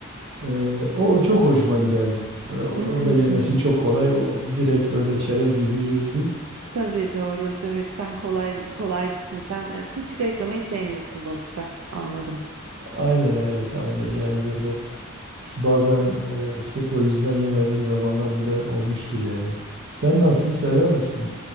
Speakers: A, on the right; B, on the right.
A: Ee, o, o çok hoşuma giderdi. Böyle, o,
B: Hmm.
A: o da yemesi çok kolay. O direkt böyle çerez gibi yiyorsun.
B: Tabii doğru. Evet sen kolay kolaycısın. Sen e, kılçık ayıklamayı sevmiyorsun balıkta. Anladım.
A: Aynen evet aynen yani böyle S- Bazen e, sırf o yüzden yemediğim zamanlar bile olmuştur yani. Sen nasıl sever misin?